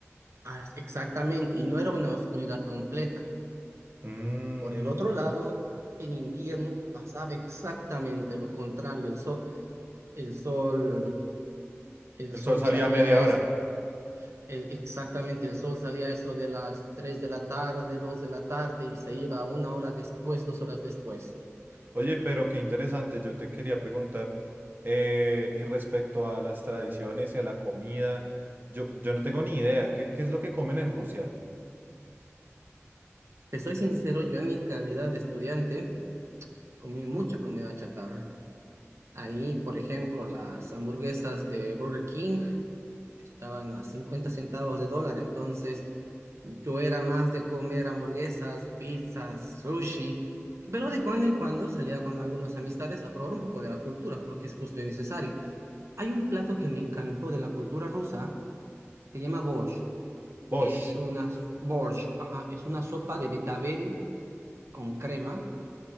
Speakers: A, on the right (about 65°); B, on the right (about 45°).
A: ah, Exactamente,
B: Eh,
A: y no era una oscuridad completa.
B: mm,
A: Por el otro lado, en invierno pasaba exactamente lo contrario, el sol, el sol, el
B: el
A: sol
B: sol salía
A: salía
B: a media
A: a
B: hora.
A: es- el- exactamente, el sol salía a eso de las 3 de la tarde, 2 de la tarde y se iba una hora después, dos horas después.
B: Oye, pero qué interesante, yo te quería preguntar, eh, y respecto a las tradiciones y a la comida, yo, yo no tengo ni idea, ¿qué, qué es lo que comen en Rusia?
A: Te soy sincero, yo en mi calidad de estudiante comí mucha comida chatarra. Ahí, por ejemplo, las hamburguesas de Burger King estaban a 50 centavos de dólar, entonces yo era más de comer hamburguesas, pizzas, sushi, pero de cuando en cuando salía con algunas amistades a probar un poco de la cultura, porque es justo y necesario. Hay un plato que me encantó de la cultura rusa, se llama borsch.
B: Bosh.
A: Es una borsch, ajá, es una sopa de betabel con crema